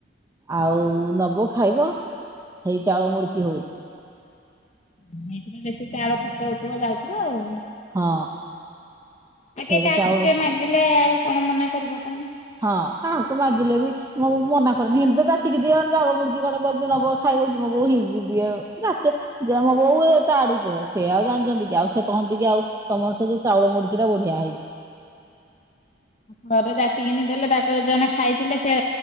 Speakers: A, on the right; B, on the left.
A: ଆଉ ନବୁ ଖାଇବ। ହେଇ ଚାଳ ମୁଡକି ହୋଉଚି।
B: ଏଇଥିରେ ବେଶୀ ଚାଉଳ ଖର୍ଚ୍ଚ ହୋଉଥିବ ଯାଉଥିବ ଆଉ।
A: ହଁ
B: ଆ
A: ସେଇଟା
B: କିଏ କାହାକୁ
A: ଚାଉଳ
B: କିଏ ମାଗିଲେ ଆଉ କଣ ମନା କରିବ କୋହୁନୁ?
A: ହଁ କାହାକୁ ମାଗିଲେ ବି ମୁଁ ମନା କରେନି ଏମିତି ତ ଯାଚିକି ଦିଏ। ଚାଉଳ ମୁଡକି ଗଣ୍ଡେ କରିଚି ନବ ଖାଇ ମୋ ବୋଉ ହି ଦିଏ ଯାଚେ ମୋ ବୋଉ ଏ ତ ଆଡୁ କୁହେ ସେ ଆଉ ଜାଣିଚନ୍ତି କି ଆଉ ସେ କହ ଟିକେ ଆଉ ତମର ସେ ଯୋଉ ଚାଉଳ ମୁଡକି ଟା ବଢିଆ ହେଇଚି।
B: ହଁ ଥରେ ଜାଚି କିିନି ଦେଲେ ତାକୁ ଜଣେ ଖାଇଥିଲେ ସେ